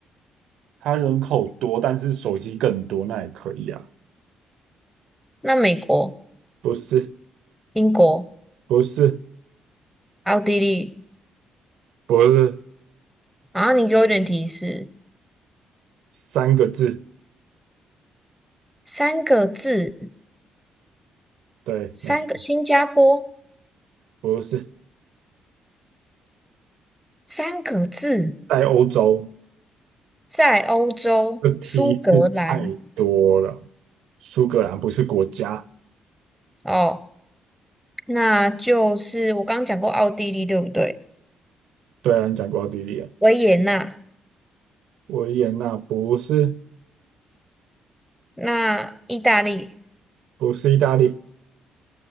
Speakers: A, on the right; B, in the centre.
A: 它人口多，但是手机更多，那也可以啊。
B: 那美国、
A: 不是，
B: 英国、
A: 不是，
B: 奥地利，
A: 不是，
B: 然后你给我一点提示，
A: 三个字，
B: 三个字，
A: 对，
B: 三个新加坡，
A: 没错，不是，
B: 三个字，
A: 在欧洲，
B: 在欧洲苏格兰
A: 这提示太多了。苏格兰不是国家，
B: 哦，那就是我刚刚讲过奥地利对不对？
A: 对啊，你讲过奥地利啊。
B: 维也纳，
A: 维也纳不是
B: 那意大利。
A: 不是意大利，